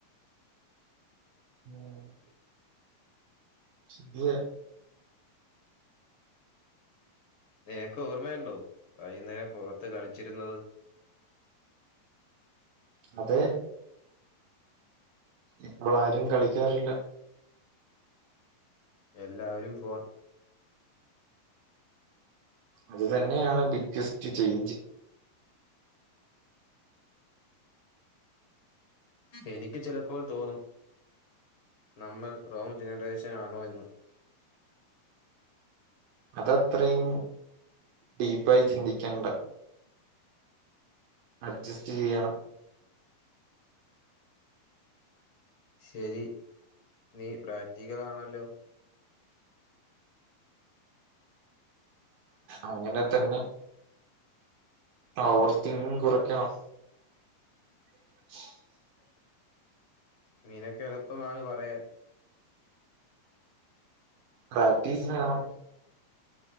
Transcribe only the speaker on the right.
<inaudible> <unintelligible>
അതെ ഇപ്പോളാരും കളിക്കാറില്ല.
അത് തന്നെയാണ് ബിഗ്ഗെസ്റ്റ് ചേയ്ഞ്ച്.
അതത്രീം ഡീപ്പായി ചിന്തിക്കേണ്ട. അഡ്ജസ്റ്റ്യ്യ ണം.
അങ്ങനെതെന്നെ പവർ തിങ് കുറക്കണം. <inaudible>
പ്രാക്ടീസ് വേണം